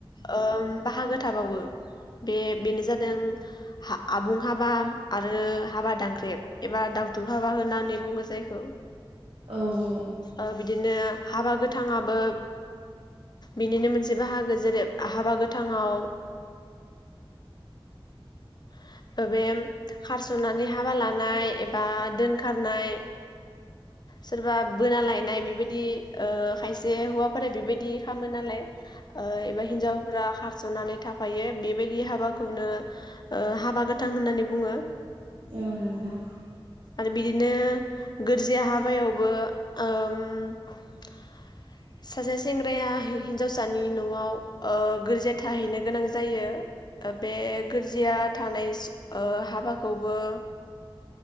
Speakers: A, on the left; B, on the right.
A: ओ बाहागो थाबावो। बे बेनो जादों हा आबुं हाबा आरो हाबा दांनख्रेब एबा दावथुब हाबा होननानै बुङो जायखौ।
B: औ औ
A: ओ बिदिनो हाबा गोथाङाबो बिनिनो मोनसे बाहागो जेरै हाबा गोथाङाव <unintelligible> खारसनानै हाबा लानाय एबा दोनखारनाय। सोरबा बोना लायनाय बेबायदि ओ खायसे हौवाफोरा बेबायदि खामो नालाय। ओ एबा हिन्जावफोरा खार जनानै थाफायो बेबायदि हाबाखौनो ओ हाबा गोथां होननानै बुङो
B: औ नोंथां
A: आरो बिदिनो गोरजिया बायावबो ओम <unintelligible> सासे सेंग्राया हि हिन्जावसानि न'आव ओ गोरजिया थाहैनो गोनां जायो बे गोरजिया थानाय हाबाखौबो